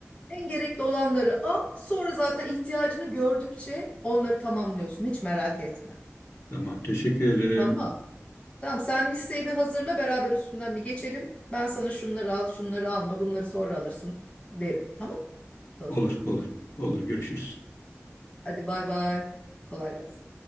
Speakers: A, on the left; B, on the left.
A: en gerekli olanları al, sonra zaten ihtiyacını gördükçe onları tamamlıyorsun. Hiç merak etme.
B: Tamam teşekkür ederim.
A: Tamam. Tamam sen listeyi bir hazırla beraber üstünden bir geçelim. Ben sana şunları al, şunları alma, bunları sonra alırsın derim. Tamam dostum.
B: Olur olur olur görüşürüz.
A: Hadi bay bay. Kolay gelsin.